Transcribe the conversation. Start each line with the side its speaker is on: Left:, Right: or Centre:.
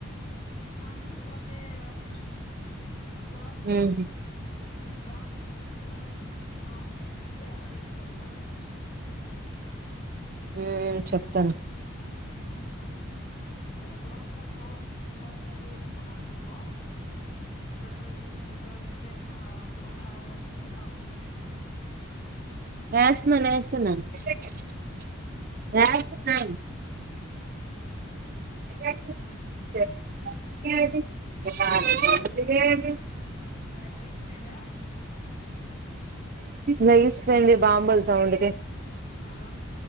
Left: మా <unintelligible> బాబకు
Right: ఉహు
Left: బావకైన సెప్పు లేదా మామ కైన చెప్తే అడిగి తెత్తారు
Right: ఉమ్
Left: హ్మ్
Right: చెప్తాను
Left: ఈ గోడ్ సైడ్ గోడ్ సైడ్ సైడ్ వేసుకున్నారునుకో రెండు రోజులకి మూడు రోజులకి వేసుకున్నావ్ అనుకో అవి అసల్కి రావు
Right: వేస్తున్నాను వేస్తున్నాను అ అ
Left: పండైపోయిందా
Right: లెజిస్పోయింది బాంబుల్ సౌండ్కి
Left: ఆ